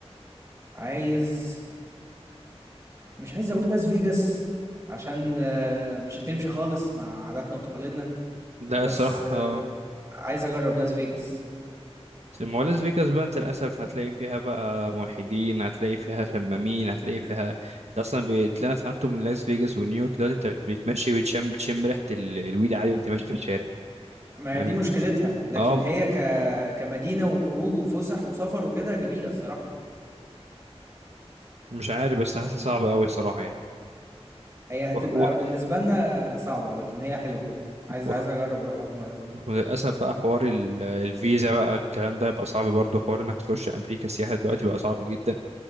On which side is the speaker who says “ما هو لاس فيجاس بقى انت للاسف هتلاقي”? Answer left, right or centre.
Right